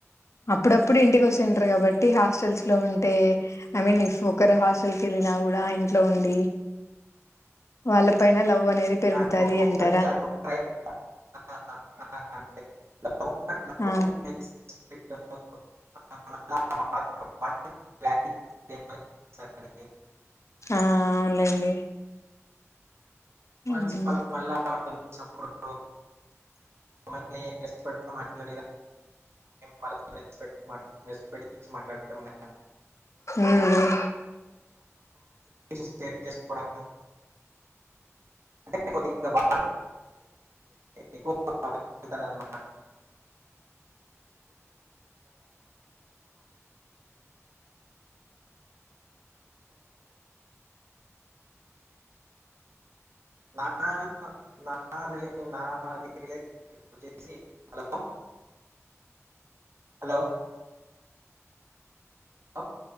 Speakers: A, on the left; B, on the right.
A: అప్పుడప్పుడు ఇంటికి వస్తుంటారు కాబట్టి హాస్టల్స్ లో ఉంటే ఐ మీన్ ఇఫ్ ఒకరు హాస్టల్ క వెళ్ళినా కూడా ఇంట్లో ఉండి వాళ్ళపైైన లవ్ అనేది
B: <unintelligible>
A: పెరుగుతది అంటారా
B: లవ్
A: ఆ
B: <inaudible>
A: ఆ అవునులేండి
B: మ
A: ఉమ్
B: ట్ మాట్లాడ మేట్ట్ మాట్లాడతాము
A: ఉమ్
B: సుకో అంటే కొద్దిగా బ ఎక్కువమాట ద నా నా నాది రిలేషప్ వచ్చే హలో హలో అప్పు